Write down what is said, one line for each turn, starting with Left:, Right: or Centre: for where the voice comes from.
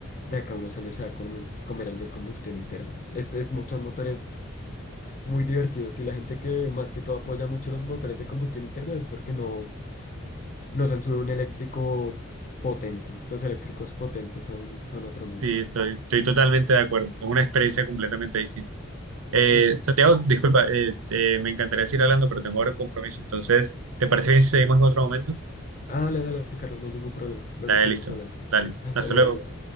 Left: de acá a unos años se va a com- comer al de combustión interna. Es, es, mo- son motores muy divertidos y la gente que más que todo apoya mucho los motores de combustión interna es porque no nos han subido un eléctrico potente. Los eléctricos potentes son, son otro mundo.
Right: Sí, estoy, estoy totalmente de acuerdo. Es una experiencia completamente distinta. Eh,
Left: Sí, no.
Right: Santiago, disculpa, eh, eh, me encantaría seguir hablando, pero tengo ahora un compromiso, entonces, ¿te parece bien si seguimos en otro momento?
Left: Ah, dale, dale, Carlos, no hay ningún problema. Luego
Right: Dale,
Left: seguimos
Right: listo.
Left: hablando.
Right: Dale,
Left: Hasta
Right: hasta
Left: luego.
Right: luego.